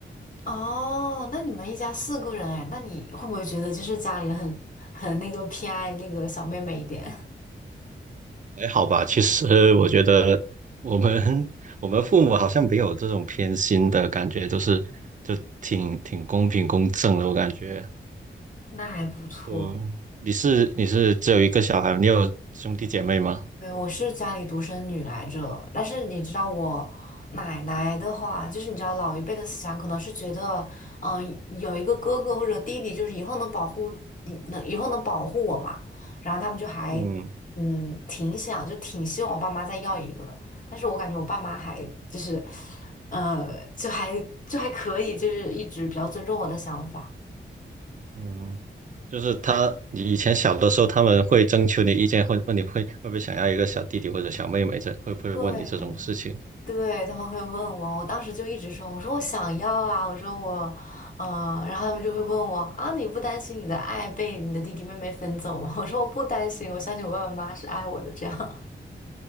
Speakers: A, on the left (about 40°); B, on the right (about 40°).
A: 哦，那你们一家四个人哎，那你会不会觉得就是家里人很很那个偏爱那个小妹妹一点？
B: 还好吧。其实我觉得我们 <laughs> 我们父母好像没有这种偏心的感觉，就是就挺挺公平公正的，我感觉。
A: <laughs> 那还不错。
B: 对，你是你是只有一个小孩，你有兄弟姐妹吗？
A: 对，我是家里独生女来着，但是你知道我奶奶的话，就是你知道老一辈的思想可能是觉得，嗯、有一个哥哥或者弟弟，就是以后能保护，能以后能保护我嘛，然后他们就还
B: 嗯
A: 嗯挺想，就挺希望我爸妈再要一个的，但是我感觉我爸妈还就是，呃，就还就还可以，就是一直比较尊重我的想法。
B: 嗯，就是他，你以前小的时候，他们会征求你意见，会问你会会不会想要一个小弟弟或者小妹妹，这会不会问你这种事情？
A: 对，对，他们会问我，我当时就一直说，我说我想要啊，我说我，呃，然后他们就会问我啊，你不担心你的爱被你的弟弟妹妹分走吗？<laughs> 我说我不担心，我相信我爸爸妈妈是爱我的，这样